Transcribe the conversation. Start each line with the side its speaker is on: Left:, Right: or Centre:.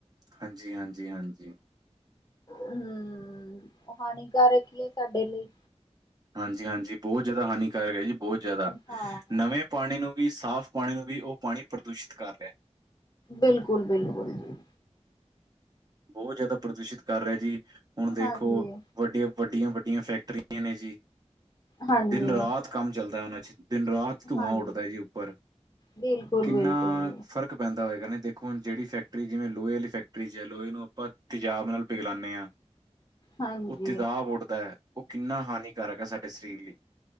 Right: ਹਾਂਜੀ-ਹਾਂਜੀ-ਹਾਂਜੀ।
Left: ਹੂੰ ਓ ਹਾਨੀਕਾਰਕ ਈ ਸਾਡੇ ਲਈ।
Right: ਹਾਂਜੀ-ਹਾਂਜੀ ਬੋਤ ਜਾਦਾ ਹਾਨੀਕਾਰਕ ਏ ਜੀ ਬੋਤ ਜਾਦਾ,
Left: ਹਾਂ
Right: ਨਵੇਂ ਪਾਨੀ ਨੂੰ ਵੀ ਸਾਫ਼ ਪਾਨੀ ਨੂੰ ਵੀ ਓ ਪਾਨੀ ਪ੍ਰਦੂਸ਼ਿਤ ਕਰ ਰੇਆ।
Left: ਬਿਲਕੁਲ-ਬਿਲਕੁਲ ਜੀ।
Right: ਬੋਤ ਜਾਦਾ ਪ੍ਰਦੂਸ਼ਿਤ ਕਰ ਰੇਆ ਜੀ, ਹੁਣ ਦੇਖੋ
Left: ਹਾਂਜੀ
Right: ਵੱਡੀਆਂ-ਵੱਡੀਆਂ-ਵੱਡੀਆਂ ਫੈਕਟਰੀਆਂ ਨੇ ਜੀ।
Left: ਹਾਂਜੀ
Right: ਦਿਨ-ਰਾਤ ਕੰਮ ਚੱਲਦਾ ਓਨਾਂ ਚ ਦਿਨ-ਰਾਤ ਧੂੰਆਂ
Left: ਹਾਂਜੀ
Right: ਉੱਠਦਾ ਜੀ ਉੱਪਰ।
Left: ਬਿਲਕੁਲ
Right: ਕਿੰਨਾ
Left: ਬਿਲਕੁਲ ਜੀ
Right: ਫ਼ਰਕ ਪੈਂਦਾ ਹੋਏਗਾ ਨਾ। ਦੇਖੋ ਹੁਣ ਜੇੜੀ ਫੈਕਟਰੀ ਜਿਵੇਂ ਲੋਏ ਆਲੀ ਫੈਕਟਰੀਜ਼ ਲੋਏ ਨੂੰ ਆਪਾਂ ਤੇਜਾਬ ਨਾਲ ਪਿਘਲਾਨੇ ਆ।
Left: ਹਾਂਜੀ
Right: ਓ ਤੇਜ਼ਾਬ ਉੱਡਦਾ ਓ‌ ਕਿੰਨਾ ਹਾਨੀਕਾਰਕ ਐ ਸਾਡੇ ਸਰੀਰ ਲਈ।